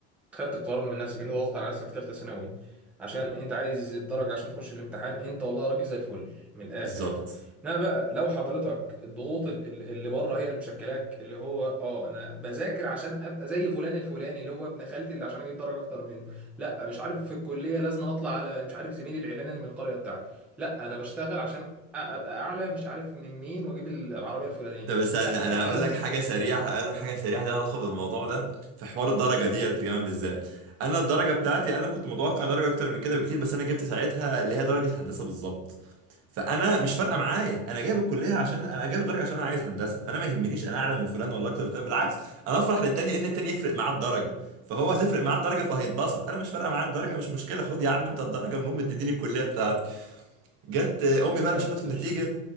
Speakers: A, in the centre; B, on the right (about 50°).
A: خدت القرار من نفسك انت ضغطت على نفسك في ثالثه ثانوي عشان انت عايز الدرجه عشان تخش الامتحان انت والله راجل زي الفل من الاخر
B: بالظبط
A: يعني انما بقى لو حضرتك الضغوط ال- ال- اللي بره هي اللي مشكلاك اللي هو اه انا بذاكر عشان ابقى زي فلان الفلاني اللي هو ابن خالتي اللي عشان اجيب درجه اكتر منه لا مش عارف في الكليه لازم اطلع على مش عارف زميلي الاعلاني اللي من القريه بتاعتي لا انا بشتغل عشان أ- ابقى اعلى مش عارف من مين واجيب العربيه الفلانيه
B: ده استنى
A: لا انا
B: انا
A: عايز
B: هقول لك حاجه
A: ال-
B: سريعه هقول لك حاجه سريعه ليها علاقه بالموضوع ده في حوار الدرجه دي
A: مم.
B: انت كمان بالذات انا الدرجه بتاعتي انا كنت متوقع درجه اكتر من كده بكتير بس انا جبت ساعتها اللي هي درجه هندسه بالظبط فانا مش فارقه
A: مم،
B: معايا انا جايب الكليه عشان انا جايب الدرجه عشان انا عايز هندسه فانا ما يهمنيش انا اعلى من فلان ولا اكتر من فلان بالعكس انا افرح للتاني ان التاني يفرق معاه الدرجه فهو هتفرق معاه الدرجه فهيتبسط انا مش فارقه معايا الدرجه مش مشكله خد يا عم انت الدرجه المهم تديني الكليه بتاعتي جت امي بقى لما
A: جامد
B: شافت
A: فشخ
B: النتيجه